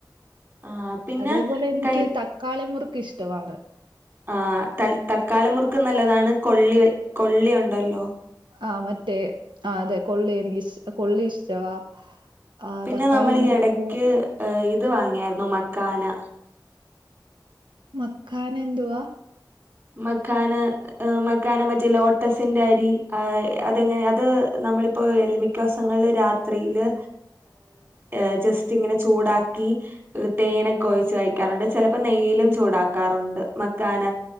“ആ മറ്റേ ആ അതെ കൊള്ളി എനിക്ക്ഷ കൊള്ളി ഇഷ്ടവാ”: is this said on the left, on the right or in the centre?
Right